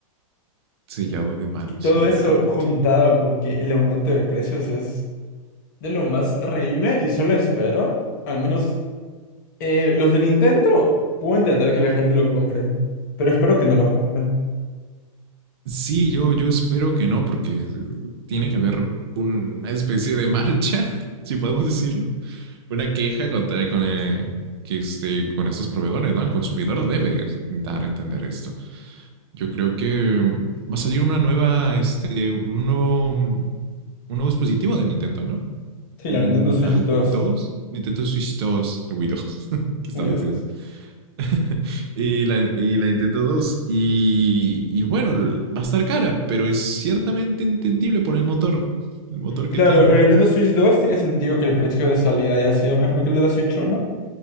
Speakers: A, on the right; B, on the left.
A: Sellado
B: Y,
A: de manos,
B: y todo
A: literalmente.
B: eso juntado con que el aumento de precios es de lo más reíble y solo espero, al menos eh, los de Nintendo, puedo entender que la gente lo compre, pero espero que no los compren.
A: Sí, yo, yo espero que no, porque eh, tiene que haber una especie de marcha, <laughs> si podemos decirlo. Una queja contra eh, con, eh, que este, con estos proveedores, ¿no? El consumidor debe dar a entender esto. Yo creo que mm, va a salir una nueva, este, un nuevo, mm, un nuevo dispositivo de Nintendo, ¿no?
B: Sí,
A: Un,
B: la Nintendo Switch
A: la Wii
B: dos
A: 2 Nintendo Switch dos la Wii 2, <laughs> que estaba
B: uy,
A: diciendo.
B: 2.
A: <laughs> Y la, y la Nintendo dos Y, y bueno, va a estar cara, pero es ciertamente entendible por el motor. El motor que
B: Claro,
A: tiene.
B: la Nintendo Switch dos tiene sentido que el precio de salida haya sido mejor que el de la Switch 1.